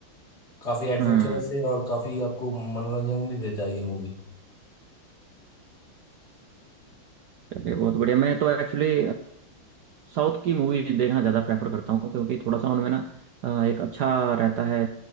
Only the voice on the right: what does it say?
हम्म
चलिए बहुत बढ़िया मैं तो एक्चुअली साउथ की मूवीज देखना ज़्यादा प्रेफर करता हूँ क्योंकि थोड़ा सा उनमें ना अ, एक अच्छा रहता है